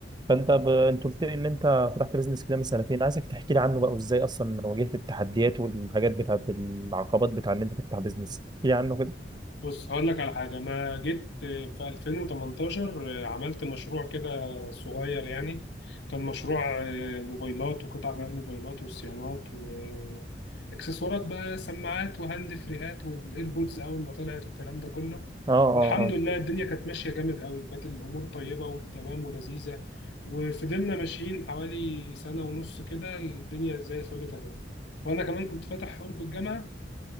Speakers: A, on the right (about 25°); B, on the left (about 75°).
A: فانت ب... انت قلت لي ان انت فتحت بيزنس كده من سنتين عايزك تحكي لي عنه بقى وازاي اصلا واجهت التحديات والحاجات بتاعت العقبات بتاع ان انت تفتح بيزنس احكي لي عنه كده
B: بص هقول لك على حاجة أنا جيت في 2018 عملت مشروع كده صغير يعني كان مشروع آه، موبايلات وقطع غيار موبايلات وصيانات وإكسسوارات بقى سماعات وهاند فريهات والإيربودز أول ما طلعت الكلام ده كله
A: اه اه
B: الحمد
A: اه
B: لله الدنيا كانت ماشية جامد قوي وكانت الأمور طيبة وتمام ولذيذة وفضلنا ماشيين حوالي سنة ونص كده الدنيا زي الفل تمام وأنا كمان كنت فاتح قرب الجامعة